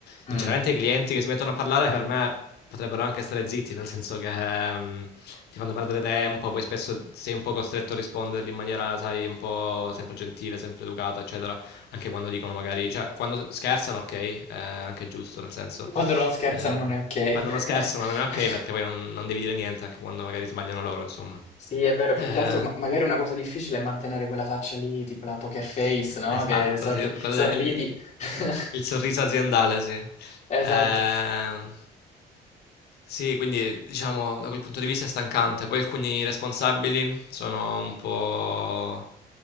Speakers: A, on the left; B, on the left.
A: mm.
B: Sinceramente i clienti che si mettono a parlare per me potrebbero anche stare zitti, nel senso che ehm, ti fanno perdere tempo, poi spesso sei un po' costretto a risponderli in maniera, sai, un po' sempre gentile, sempre educata, eccetera anche quando dicono magari, cioè quando scherzano ok, eh, anche è giusto, nel senso,
A: Quando non scherzano
B: eh,
A: non è ok.
B: quando
A: <laughs>
B: non scherzano non è ok perché poi non, non devi dire niente anche quando magari sbagliano loro, insomma.
A: Sì, è vero, più
B: Eh,
A: che altro, ma- magari una cosa difficile è mantenere quella faccia lì, tipo la poker face,
B: <laughs>
A: no?
B: Esatto,
A: Che sorri-
B: sì, con
A: sorridi.
B: le- il,
A: <laughs>
B: il sorriso aziendale, sì.
A: Esatto.
B: Ehm, sì, quindi diciamo da quel punto di vista è stancante. Poi alcuni responsabili sono un po'...